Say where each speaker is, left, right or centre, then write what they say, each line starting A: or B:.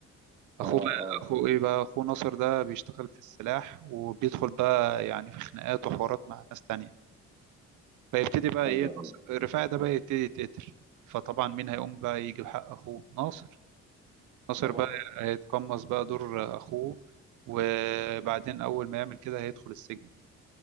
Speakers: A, on the right (about 20°); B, on the right (about 80°).
A: اه
B: اخوه بقى
A: اه
B: اخوه ايه بقى اخوه ناصر ده بيشتغل في السلاح وبيدخل بقى يعني في خناقات وحوارات مع ناس تانية فيبتدي بقى
A: ايوه
B: ايه ناصر
A: ايوه
B: رفاعي ده بقى يبتدي يتقتل فطبعا مين هيقوم بقى يجيب حق اخوه ناصر ناصر
A: طبعا
B: بقى هيتقمص بقى دور اخوه وبعدين اول ما يعمل كده هيدخل السجن